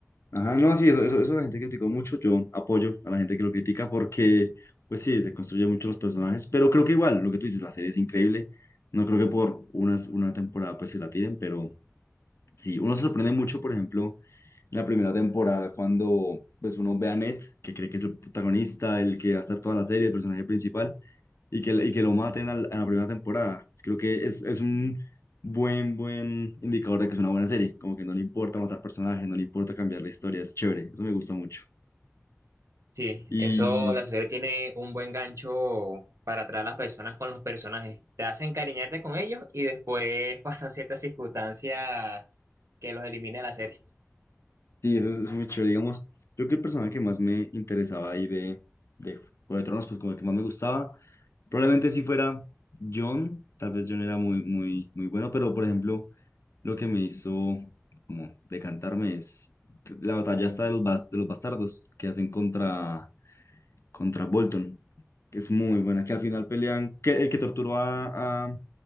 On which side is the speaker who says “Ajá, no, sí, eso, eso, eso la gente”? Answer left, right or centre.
Left